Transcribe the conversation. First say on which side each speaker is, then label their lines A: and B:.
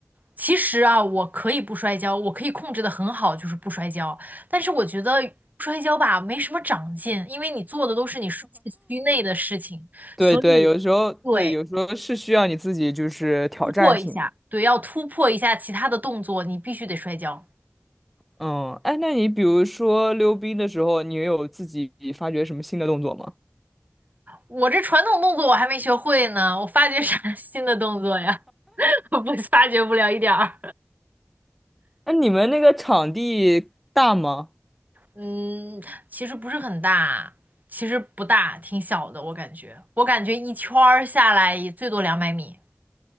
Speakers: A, on the right; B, in the centre.
A: 其实啊，我可以不摔跤，我可以控制的很好，就是不摔跤。但是我觉得不摔跤吧，没什么长进，因为你做的都是你舒适区内的事情，
B: 对对，
A: 所以对，
B: 有时候对，有时候是需要你自己就是挑战性的
A: 突破一下，对，要突破一下其他的动作，你必须得摔跤。
B: 嗯，哎，那你比如说溜冰的时候，你有自己发掘什么新的动作吗？
A: 我这传统动作我还没学会呢，我发掘啥 <laughs> 新的动作呀？<laughs> 我不发掘不了一点儿。
B: 那你们那个场地大吗？
A: 嗯，其实不是很大，其实不大，挺小的，我感觉，我感觉一圈儿下来也最多两百米。